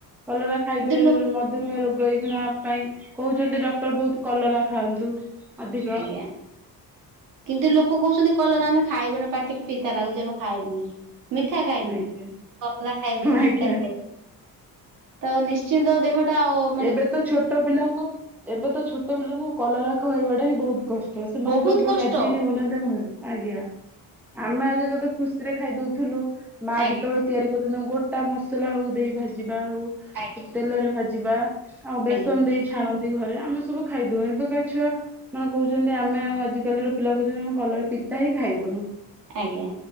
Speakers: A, in the centre; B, on the right (about 60°).
A: କଲରା ଖାଇବେ
B: କିନ୍ତୁ ଲୋ
A: ମଧୁମେୟ ରୋଗ ଏଇଖିଣା ପାଇଁ କହୁଛନ୍ତି ଡକ୍ଟର୍ ବହୁତ କଲରା ଖାଆନ୍ତୁ। ଅଧିକ।
B: ଆଜ୍ଞା କିନ୍ତୁ ଲୋକ କହୁଛନ୍ତି କଲରା ଆମେ ଖାଇବୁନି ପାାଟିକି ପିତା ଲାଗୁଛି ଆମେ ଖାଇବୁନି। ମିଠା ଖାଇବୁ
A: ଆଜ୍ଞା।
B: କଲରା ଖାଇବୁନି
A: ଆଜ୍ଞା
B: ପିତା ଖାଇବୁ। ତ ନିଶ୍ଚିନ୍ତ ଦେହଟା ଅ
A: ଏବେ ତ ଛୋଟ ପିଲାଙ୍କୁ ଏବେ ତ ଛୋଟ ପିଲାଙ୍କୁ କଲରା ଖୋଇବା ଟା ହିଁ ବହୁତ କଷ୍ ଟ ସେମାନେ
B: ବହୁତ
A: ତ ଏବେ
B: କଷ୍ଟ।
A: ରାଜି ହିଁ ହେଉନାହାନ୍ତି ଆମେ <inaudible> ଆଜ୍ଞା, ଆମେ ଆଗେ କେତେ ଖୁସି ରେ ଖାଇ ଦଉଥିମୁଲୁ, ମା
B: ଆଜ୍ଞା
A: ଯେତେବେଳେ ତିଆରି କରୁଚନ୍ତି ମୁଁ ଗୋଟା ମସଲା ହଉ ଦେଇ ଭାଜିବା ହଉ
B: ଆଜ୍ଞା
A: ତେଲରେ ଭାଜିବା ଆଉ ବେସନ
B: ଆଜ୍ଞା।
A: ଦେଇ ଛାଣନ୍ତି ଘରେ ଆମେ ସବୁ ଖାଇଦଉ, ଏବେକା ଛୁଆ ମାନେ କହୁଛନ୍ତି ଆମେ ଆଉ ଆଜିକାଲିର ପିଲା କହୁଛନ୍ତି ଆମେ କଲରା ପିତା ହିଁ ଖାଇବୁନୁ।
B: ଆଜ୍ଞା।